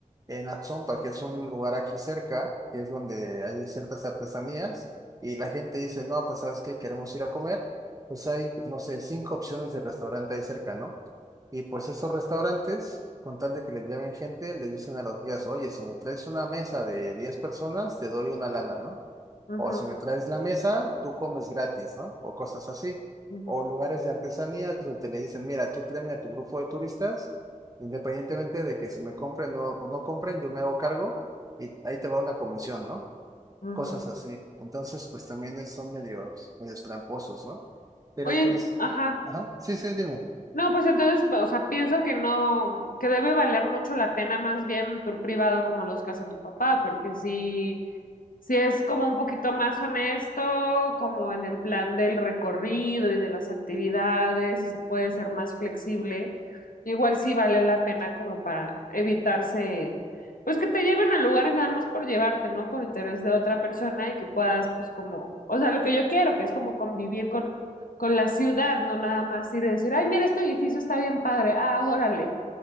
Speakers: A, on the right; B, on the left.
A: en Atzompa, que es un lugar aquí cerca, que es donde hay ciertas artesanías, y la gente dice, no, pues sabes qué, queremos ir a comer, pues hay, no sé, cinco opciones de restaurante ahí cerca, ¿no? Y pues esos restaurantes, con tal de que les lleven gente, les dicen a los guías, oye, si me traes una mesa de 10 personas, te doy una lana, ¿no?
B: Ujú,
A: O si me traes la mesa, tú comes gratis, ¿no? O cosas así.
B: ujú,
A: O lugares de artesanías donde le dicen, mira, tú tráeme a tu grupo de turistas, independientemente de que si me compren o, o no compren, yo me hago cargo y ahí te va una comisión, ¿no?
B: ujú.
A: Cosas así. Entonces, pues también es- son medios, medios tramposos, ¿no? Pero
B: Oye,
A: pues,
B: ajá.
A: ajá, sí, sí, dime.
B: No, pues entonces, o sea, pienso que no, que debe valer mucho la pena más bien un tour privado como los que hace tu papá, porque si, si es como un poquito más honesto, como en el plan del recorrido y de las actividades, y se puede ser más flexible, igual sí vale la pena como para evitarse, pues que te lleven a lugares nada más por llevarte, ¿no? Por interés de otra persona y que puedas, pues como, o sea, lo que yo quiero, que es como convivir con con la ciudad, no nada más ir y decir, ay, mira, este edificio está bien padre, ah, órale.